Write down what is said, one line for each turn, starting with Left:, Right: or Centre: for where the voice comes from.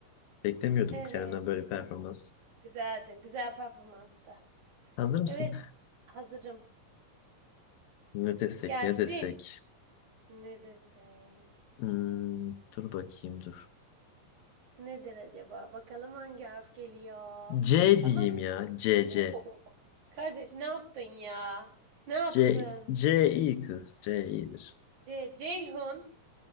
Left: beklemiyordum
Right: Evet.
Left: kendimden böyle bir performans.
Right: Güzeldi. Güzel performanstı.
Left: Hazır mısın?
Right: Evet. Hazırım.
Left: Ne desek,
Right: Gelsin.
Left: ne desek?
Right: Ne desek?
Left: Hmm, dur bakayım dur.
Right: Nedir acaba? Bakalım hangi harf geliyor.
Left: C
Right: Tamam.
Left: diyeyim
Right: <laughs>
Left: ya. C
Right: Oo,
Left: C.
Right: Kardeş ne yaptın ya? Ne yaptın?
Left: C C iyi kız. C iyidir.
Right: C Ceyhun